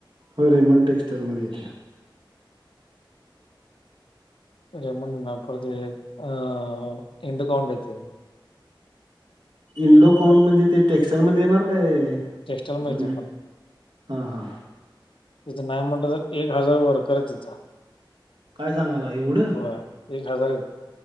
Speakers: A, on the right (about 65°); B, on the left (about 85°).
A: होय रेमन टेक्स्टाईल मध्ये येत्या.
B: रेमंड ना परत एक अ इंडोकाउंट येतंय.
A: इंडोकॉंन म्हणजे ते टेक्स्टाइल मध्ये येणार काय
B: टेक्स्टाईल
A: आपल
B: मध्ये येते पण
A: हां हां
B: तिथं नाही म्हणलं तर एक हजार वर्कर आहेत तिथं.
A: काय सांगालाय एवढ
B: होय एक हजार आहेत